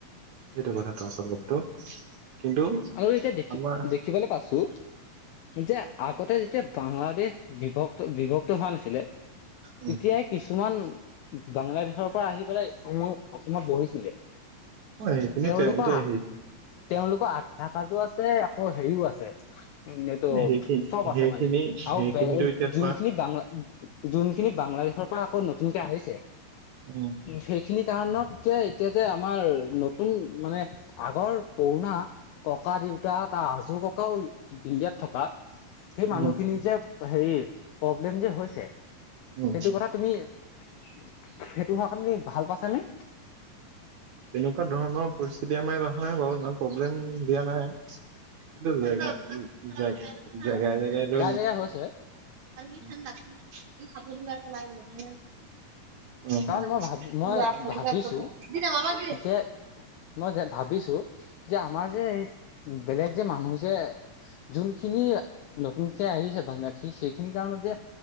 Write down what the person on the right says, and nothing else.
এইটো
কথাটো আচল কথাটো। কিন্তু
আমাৰ
উম
হয় সেইখিনি
তেওঁলোকে সেই।
সেইখিনি
সেইখিনি
সেইখিনিতো এতিয়া তোমাৰ
উম
উম
উম
এনেকুৱা ধৰণৰ পৰিস্থিতি আমাৰ কথা নাই বাৰু ইমান প্ৰব্লেম দিয়া নাই। এইটো জেগা উ জ জেগাই জেগাই লৈ
এনেকুৱা
<unintelligible> <unintelligible>